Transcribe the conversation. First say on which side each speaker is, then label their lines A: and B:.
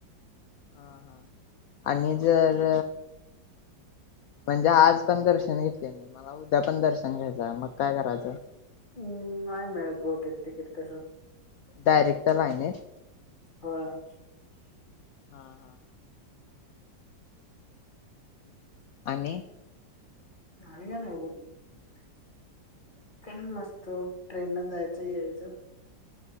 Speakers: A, on the left; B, on the left.
A: हा. हा. आणि जर
B: ते,
A: म्हणजे आज पण दर्शन घेतलं. मला उद्या पण दर्शन घ्यायचं मग काय करायचं?
B: हम् नाही मिळत बहुतेक तिकीट तसं.
A: डायरेक्ट लाईनत.
B: होय.
A: हा हा आणि.
B: आणि काय नाही बघ. काय मस्त ट्रेन न जायचं-यायचं.